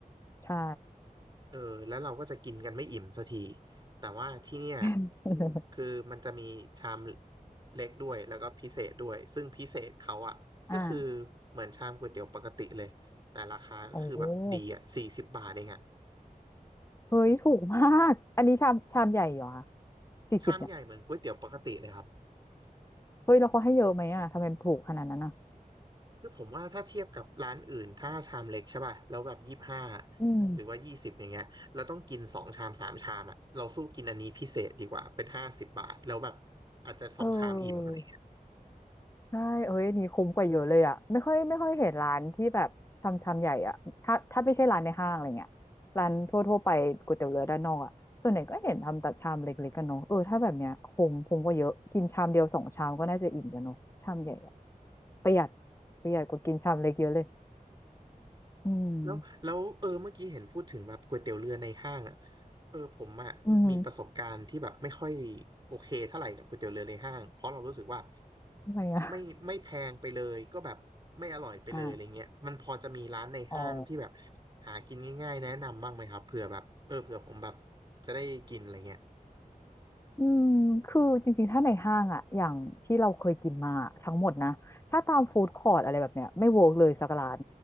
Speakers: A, on the left; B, on the right.
A: ใช่
B: เออแล้วเราก็จะกินกันไม่อิ่มสักทีแต่ว่าที่เนี่ย
A: <laughs>
B: คือมันจะมีชามเล็กด้วยแล้วก็พิเศษด้วยซึ่งพิเศษเขาอ่ะก็คือ
A: อ่า
B: เหมือนชามก๋วยเตี๋ยวปกติเลยแต่ราคาก็คือแบบดีอ่ะสี่สิบบาทเองอ่ะ
A: โอ้เฮ้ยถูกมากอันนี้ชามชามใหญ่เหรอคะสี่สิบเนี่ย
B: ชามใหญ่เหมือนก๋วยเตี๋ยวปกติเลยครับ
A: เฮ้ยแล้วเขาให้เยอะไหมอะทำไมมันถูกขนาดนั้นอะ
B: คือผมว่าถ้าเทียบกับร้านอื่นถ้าชามเล็กใช่ป่ะแล้วแบบยี่สิบห้า
A: อืม
B: หรือว่ายี่สิบอย่างเงี้ยเราต้องกินสองชามสามชามอ่ะเราสู้กินอันนี้พิเศษดีกว่าเป็นห้าสิบบาทแล้วแบบอาจจะสองชามอิ่มอะไรเงี้ย
A: เออ ใช่เอ้ยอันนี่คุ้มกว่าเยอะเลยอ่ะไม่ค่อยไม่ค่อยเห็นร้านที่แบบทำชามใหญ่อ่ะถ้าถ้าไม่ใช่ร้านในห้างอะไรเงี้ยร้านทั่วทั่วไปก๋วยเตี๋ยวเรือด้านนอกอ่ะส่วนใหญ่ก็เห็นทำแต่ชามเล็กๆกันเนาะเออถ้าแบบเนี้ยคุ้มคุ้มกว่าเยอะ กินชามเดียวสองชามก็น่าจะอิ่มแล้วเนาะชามใหญ่อ่ะประหยัดประหยัดกว่ากินชามเล็กเยอะเลยอืม
B: แล้วแล้วเออเมื่อกี้เห็นพูดถึงแบบก๋วยเตี๋ยวเรือในห้างอ่ะเออผมอ่ะมีประสบการณ์ที่แบบไม่ค่อย
A: อืม
B: โอเคเท่าไหร่กับก๋วยเตี๋ยวเรือในห้างเพราะเรารู้สึกว่า
A: ทำไมอ่ะ
B: ไม่ไม่แพงไปเลยก็แบบไม่อร่อยไปเลยอะไรเงี้ยมันพอจะมีร้านในห้างที่แบบ
A: อ่าอ๋อ
B: หากินง่ายๆแนะนำบ้างไหมครับเผื่อแบบเออเผื่อผมแบบจะได้กินอะไรเงี้ย
A: อืม คือจริงๆ ถ้าในห้างอะอย่างที่เราเคยกินมาทั้งหมดนะ ถ้าตามฟู้ดคอร์ t อะไรแบบเนี้ยไม่เวิร์กเลยสักร้าน